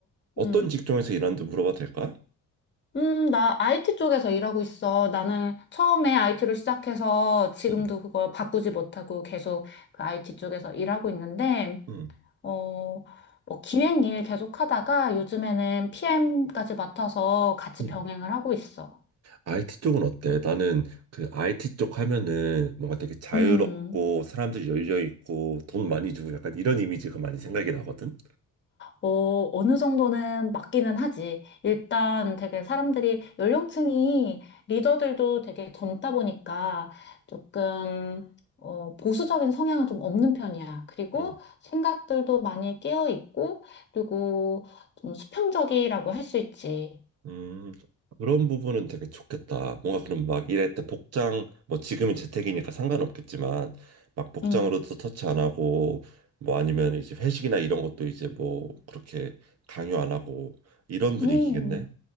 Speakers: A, on the right; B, on the left.
A: 어떤
B: 음.
A: 직종에서 일하는지 물어봐도 될까?
B: 음, 나 IT 쪽에서 일하고 있어. 나는 처음에 IT로 시작해서 지금도
A: 응,
B: 그걸 바꾸지 못하고 계속 그 IT 쪽에서 일하고 있는데,
A: 응,
B: 어, 뭐 기획 일 계속 하다가 요즘에는 PM까지 맡아서 같이
A: 응.
B: 병행을 하고 있어.
A: IT 쪽은 어때? 나는 그 IT 쪽 하면은 뭔가 되게 자유롭고
B: 음.
A: 사람들이 열려 있고 돈 많이 주고 약간 이런 이미지가 많이 생각이 나거든.
B: 어, 어느 정도는 맞기는 하지. 일단 되게 사람들이 연령층이 리더들도 되게 젊다 보니까 조금 어, 보수적인 성향은 좀 없는 편이야. 그리고
A: 응.
B: 생각들도 많이 깨어 있고, 그리고 좀 수평적이라고 할 수 있지.
A: 음, 그런 부분은 되게 좋겠다. 뭔가 그럼 막 이럴 때 복장, 뭐 지금은 재택이니까 상관없겠지만, 막 복장으로도
B: 음,
A: 터치 안 하고, 뭐 아니면 이제 회식이나 이런 것도 이제 뭐 그렇게 강요 안 하고, 이런 분위기겠네?
B: 음.